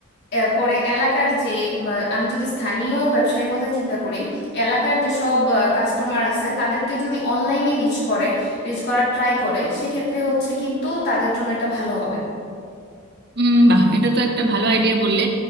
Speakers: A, on the left; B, on the right.
A: এর পরে এলাকার যে আহ, আমি যদি স্থানীয় ব্যবসায়ীর কথা চিন্তা করি এলাকার যেসব কাস্টমার আছে তাদেরকে যদি অনলাইনে রিচ করে রিচ করার ট্রাই করে সেক্ষেত্রে হচ্ছে কিন্তু তাদের জন্য এটা ভালো হবে
B: উম বাহ এটা তো একটা ভালো আইডিয়া বললে